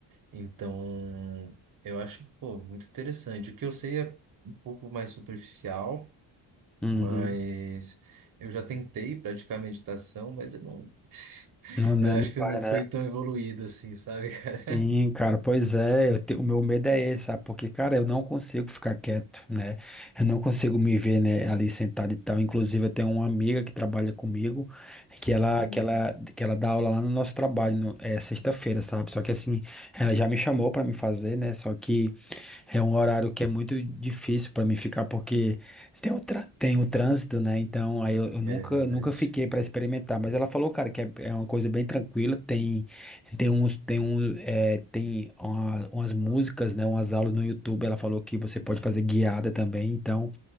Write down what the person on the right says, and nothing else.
Então, eu acho, pô, muito interessante. O que eu sei é um pouco mais superficial,
mas eu já tentei praticar meditação, mas eu não,
eu acho
que
eu não
fui tão evoluído assim, sabe? <laughs>
Uhum.
É verdade.